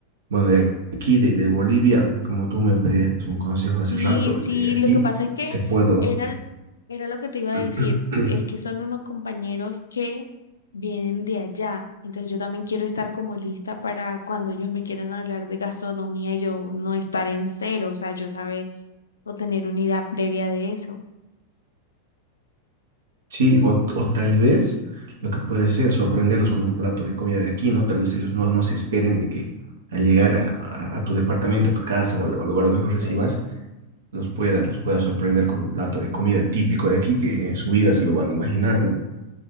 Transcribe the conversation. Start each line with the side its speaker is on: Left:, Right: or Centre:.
Right: Bueno, de aquí, de, de Bolivia, como tú me pedías un consejo hace
Left: Sí,
Right: rato,
Left: sí,
Right: de aquí
Left: lo que pasa es que
Right: te puedo,
Left: era, l- era lo que te iba a
Right: <clears throat>
Left: decir, es que son unos compañeros que vienen de allá, entonces yo también quiero estar como lista para cuando ellos me quieran hablar de gastronomía, yo no estar en cero, o sea, yo saber o tener una idea previa de eso.
Right: sí, o, o tal vez lo que puede ser sorprenderlos con un plato de comida de aquí, ¿no? Tal vez ellos no, no se esperen de que al llegar
Left: Uy,
Right: a, a- a tu departamento, a tu casa o
Left: cierto.
Right: al, al lugar donde los recibas, los pueda, los pueda sorprender con un plato de comida típico de aquí que en su vida se lo van a imaginar, ¿no?